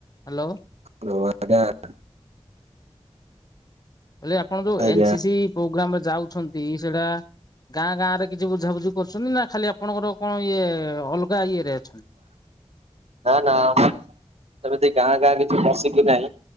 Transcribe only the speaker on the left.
Hello
ହେଲେ ଆପଣ ଯୋଉ
ଏନ ସ ସି ପ୍ରୋଗ୍ରାମରେ ଯାଉଛନ୍ତି ସେଇଟା ଗାଁ ଗାଁ ରେ କିଛି ବୁଝାବୁଝି କରୁଛନ୍ତି। ନା ଖାଲି ଆପଣଙ୍କର କଣ ଇଏ ଅଲଗା ଇଏ ରେ ଅଛନ୍ତି